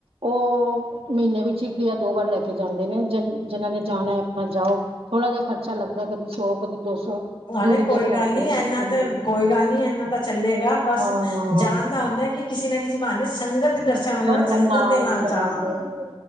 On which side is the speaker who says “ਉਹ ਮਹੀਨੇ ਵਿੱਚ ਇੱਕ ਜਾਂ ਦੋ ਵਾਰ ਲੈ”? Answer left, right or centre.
Right